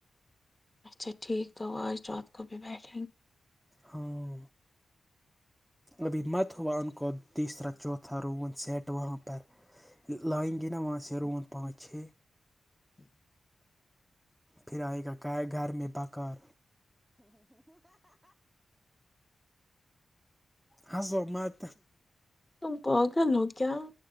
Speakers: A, on the left; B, in the centre.
A: اچا ٹھیک گو آج کوب بیٹھ
B: ہاں ابھی مت ہوا ان کو تیسرا چوتھا رون سیٹ وہاں پر لائن گئی نا وہاں سے رون پانچ چھ پھر آئے کا گھر میں بکر ہسو مات
A: تم پگل ہو کیا